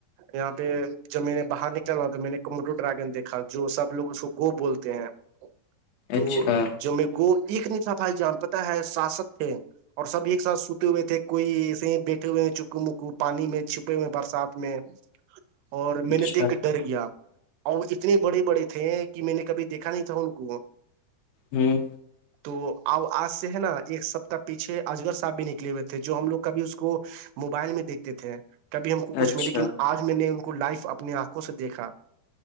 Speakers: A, on the right; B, on the left.
A: یہاں پہ جب میں نے باہر نکلنا تو میں نے موٹو ڈرگن دیکھا جو سب لوگ اس کو گو بولتے ہیں تو
B: اچھا
A: جب میرے کو ایک نہیں تھا بھائی جان پتہ ہے ساسک تھے اور سب ایک ساتھ سوتے ہوئے تھے کوئی ایسے ہی بیٹھے ہوئے ہیں چکو مکو پانی میں چھپے ہوئے برسات میں اور میں
B: اچھا
A: نے دیکھ کے ڈر گیا ا اتنے بڑے بڑے تھے کہ میں نے کبھی دیکھا نہیں تھا ان کو
B: ہوں
A: تو آج سے ہے نا ایک سپتاہ پیچھ اجغگر صاحب بھی نکلے ہوئے تھے جو ہم لو کبھی اس کو موبائل میں دیکھتے تھے کبھی ہم کو کچھ
B: اچھا
A: میں لیکن آج میں نے ان کو لائف اپنی آنکھوں سے دیکھا